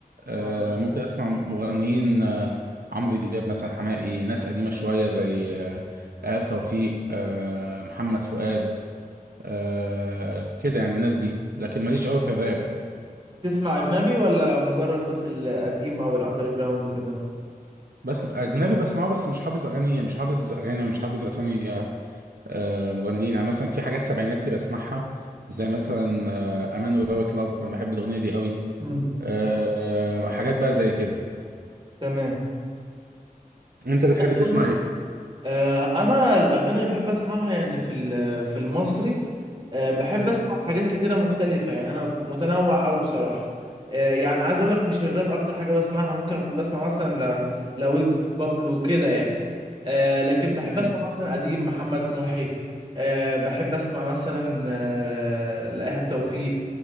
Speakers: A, on the right; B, on the right.
A: آه
B: آه.
A: ممكن اسمع مغنيين آه عمرو دياب مثلا حماقي ناس قديمه شويه زي آه ايهاب توفيق آه محمد فؤاد آه كده يعني الناس دي لكن ماليش قوي في الراب
B: تسمع اجنبي ولا مجرد بس القديم او الاندر جراوند وكده
A: بس اجنبي بسمعه بس مش حافظ اغاني مش حافظ اغاني ومش حافظ اسامي آه مغنيين يعني مثلا في حاجات سبعيناتي بسمعها زي مثلا آه امان وذاوت لاف بحب الاغنيه دي قوي
B: مم.
A: آه حاجات بقى زي كده
B: تمام
A: انت
B: عايز
A: بتحب تسمع
B: اقول لك آه، انا الاغاني اللي بحب اسمعها يعني في ال- في المصري آه، بحب
A: ايه؟
B: اسمع حاجات كتيره مختلفه يعني انا متنوع قوي بصراحه آه، يعني عايز اقول لك مش الراب اكتر حاجه بسمعها ممكن اكون بسمع مثلا ل- لويجز بابلو كده يعني آه، لكن بحب
A: تمام
B: اسمع مثلا قديم محمد محي آه، بحب اسمع مثلا آه، لإيهاب توفيق